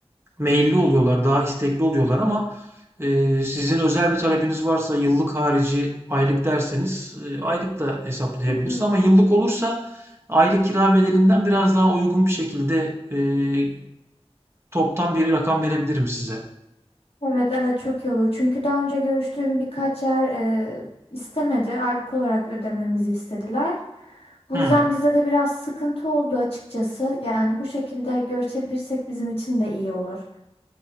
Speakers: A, on the right; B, on the left.
A: meyilli oluyorlar, daha istekli oluyorlar ama eee, sizin özel bir talebiniz varsa yıllık harici aylık derseniz e, aylık da hesaplayabiliriz
B: Hı hı.
A: ama yıllık olursa aylık kira bedelinden biraz daha uygun bir şekilde eee, toptan bir rakam verebilirim size.
B: Evet evet çok iyi olur. Çünkü daha önce görüştüğüm birkaç yer e, istemedi. Aylık olarak ödememizi istediler. Bu
A: Hmm.
B: yüzden bizde de biraz sıkıntı oldu açıkçası. Yani bu şekilde görüşebilirsek bizim için de iyi olur.